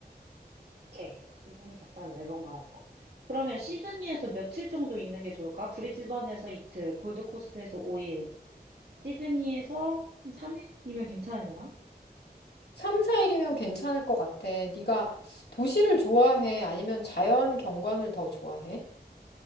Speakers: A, on the right; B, on the left.
A: 오케이. 시드니 갔다 멜번 가는 거. 그러면 시드니에서 며칠 정도 있는 게 좋을까? 브리즈번에서 이틀, 골드코스트에서 5일, 시드니에서 한 3일이면 괜찮으려나?
B: 3, 4일이면 괜찮을 것 같아. 네가 도시를 좋아해? 아니면 자연 경관을 더 좋아해?